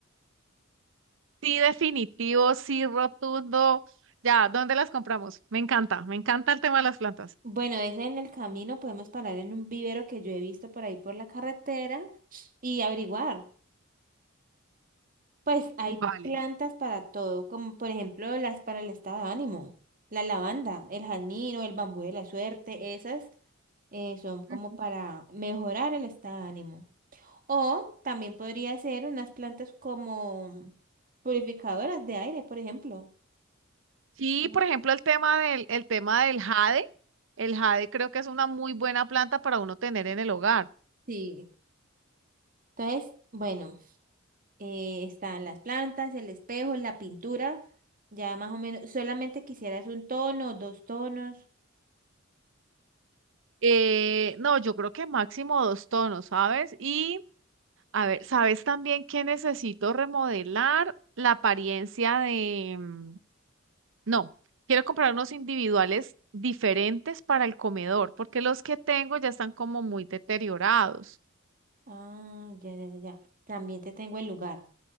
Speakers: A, on the right; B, on the right.
A: Sí, definitivo, sí, rotundo. Ya, ¿dónde las compramos? Me encanta, me encanta el tema de las plantas.
B: Bueno, ese en el camino podemos parar en un vivero que yo he visto por ahí por la carretera y averiguar. Pues hay
A: Vale.
B: plantas para todo, como por ejemplo las para el estado de ánimo, la lavanda, el jazmín o el bambú de la suerte, esas eh, son como
A: Ujú.
B: para mejorar el estado de ánimo. O también podría ser unas plantas como purificadoras de aire, por ejemplo,
A: Sí,
B: ¿no?
A: por ejemplo, el tema del, el tema del jade. El jade creo que es una muy buena planta para uno tener en el hogar.
B: Sí. Entonces, bueno, eh, están las plantas, el espejo, la pintura, ya más o menos, solamente quisieras un tono, dos tonos.
A: Eh, no, yo creo que máximo dos tonos, ¿sabes? Y a ver, ¿sabes también que necesito remodelar la apariencia de... mm, No, quiero comprar unos individuales diferentes para el comedor, porque los que tengo ya están como muy deteriorados.
B: Ah, ya, ya, ya, ya. También te tengo el lugar.